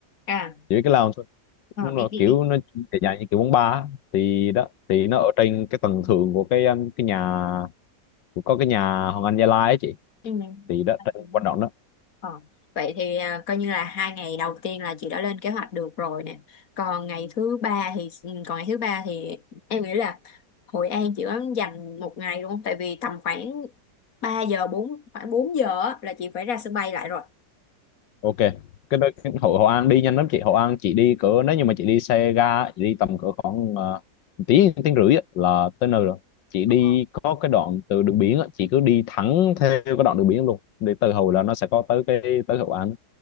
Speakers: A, on the left; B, on the left.
A: À,
B: chỉ cái lounge thôi.
A: ờ,
B: Đúng
A: biết,
B: rồi,
A: biết,
B: kiểu
A: biết.
B: nó dài dài như kiểu quán bar á. thì đó thì nó ở trên cái tầng thượng của cái um, cái nhà của có cái nhà Hoàng Anh Gia Lai ấy chị
A: Ừ.
B: thì đó trên
A: Ừ.
B: quanh đó
A: Ờ. Vậy thì à, coi như là hai ngày đầu tiên là chị đã lên kế hoạch được rồi nè. Còn ngày thứ ba thì ừ, còn ngày thứ ba thì em nghĩ là Hội An chị có dành một ngày luôn không? Tại vì tầm khoảng 3 giờ 4 khoảng 4 giờ á, là chị phải ra sân bay lại rồi.
B: ok cái, đó- cái Hội Hội An đi nhanh lắm chị Hội An chị đi cỡ nếu như mà chị đi xe ga chị đi tầm cỡ khoảng ờ, tiếng tiếng rưỡi á, là tới nơi rồi chị
A: Ờ.
B: đi có cái đoạn từ đường biển á, chị cứ đi thẳng theo cái đoạn đường biển luôn để từ Hồi là nó sẽ có tới cái tới Hội An